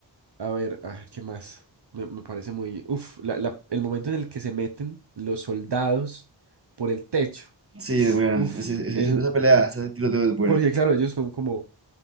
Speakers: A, on the right; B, on the right.
A: A ver, ay, ¿qué más? Me, me parece muy, uf, la- la- el momento en el que se meten los soldados por el techo.
B: Sí, bueno,
A: Uf,
B: ese- ese-
A: eso,
B: ese- esa pelea, ese tiroteo es bueno.
A: porque claro, ellos son como,